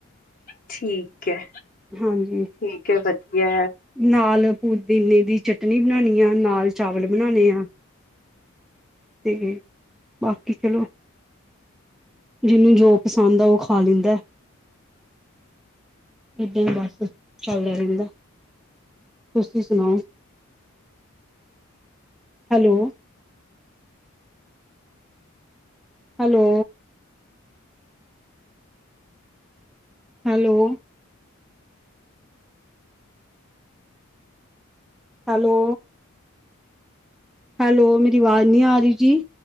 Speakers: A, on the left; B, in the centre.
A: ਠੀਕ ਐ।
B: ਹਾਂਜੀ।
A: ਠੀਕ ਐ ਵੱਧੀਆ।
B: ਨਾਲ ਪੂਦਿਨੇ ਦੀ ਚਟਨੀ ਬਣਾਨੀ ਆ, ਨਾਲ ਚਾਵਲ ਬਣਾਨੇ ਆ। ਤੇ ਬਾਕੀ ਚਲੋ। ਜਿਹਨੂੰ ਜੋ ਪਸੰਦ ਆ, ਉਹ ਖਾ ਲੈਂਦਾ। ਏਦਾਂ ਈ ਬਸ ਚੱਲਦਾ ਰੈਂਦਾ, ਤੁਸੀਂ ਸੁਣਾਓ? Hello hello hello. Hello. Hello, ਮੇਰੀ ਆਵਾਜ਼ ਨੀ ਆ ਰਹੀ ਜੀ।